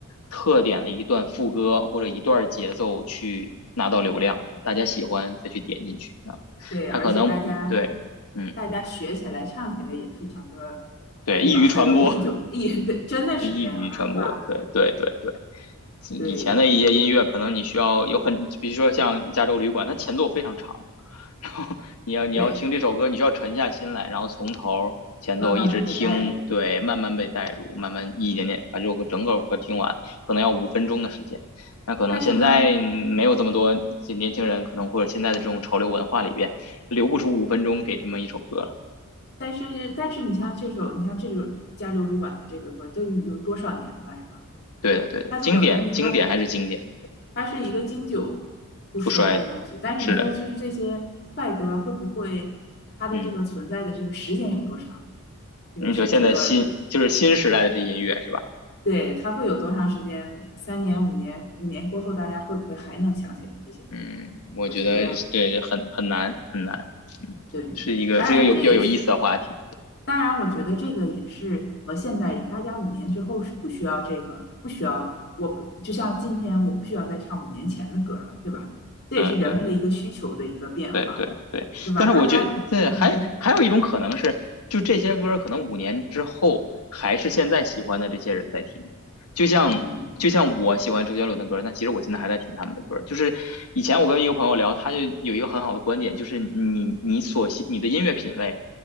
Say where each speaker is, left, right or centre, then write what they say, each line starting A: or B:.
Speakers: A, on the left (about 80°); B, on the left (about 50°).
A: 特点的一段副歌或者一段节奏去拿到流量，大家喜欢再去点进去啊，
B: 对，
A: 它可能嗯对，
B: 而且大家
A: 嗯，
B: 大家学起来、唱起来也非常的，
A: 对，
B: 对吧？
A: 易于传播，
B: 很容易就也对，真的是这样啊，
A: 易于传播，
B: 是吧？
A: 对对对对。
B: 对
A: 以前的一些音乐，可能你需要有很，比如说像《加州旅馆》，它前奏非常长，然后你要你要听这首歌，
B: 对，
A: 你需要沉下心来，然后从头前奏一直听，
B: 慢慢被带入。
A: 对，慢慢被带入，慢慢一点点把这首歌整个歌听完，可能要五分钟的时间。那可能现在没有这么多年轻人，
B: 但是呢，
A: 可能或者现在的这种潮流文化里边，留不出五分钟给这么一首歌。
B: 但是但是你像这首，你像这首《加州旅馆》的这个歌，都已经多少年了，是吧？
A: 对的，对的，
B: 它这种东西，
A: 经典，经典还是经典，
B: 它的它是一个经久不衰的东西。
A: 不衰的是的，
B: 但是你说，就是这些快歌会不会它的这个存在的这个时间有多长？
A: 嗯，
B: 这个是值得
A: 你说现在新就是新时代的这音乐是吧？
B: 对，它会有多长时间？三年、五年，五年过后，大家会不会还能想起来这些歌？
A: 嗯，我觉得对，
B: 我觉得，
A: 很很难很难，嗯，
B: 对，
A: 是一个是一个有比较有意思的话题。
B: 当然这也是，当然我觉得这个也是和现代人，大家五年之后是不需要这个，不需要，我不，就像今天我不需要再唱五年前的歌了，对吧？这也是人们的一个需求的一个变化，
A: 对对对。对对对，
B: 对吧？
A: 但是我觉得现在还还有一种可能是，
B: 大家，嗯
A: 就这些歌可能五年之后还是现在喜欢的这些人在听，就像就像我喜欢周杰伦的歌，
B: 嗯
A: 那其实我现在还在听他们的歌。就是以前我跟一个朋友聊，他就有一个很好的观点，就是你你所喜你的音乐品味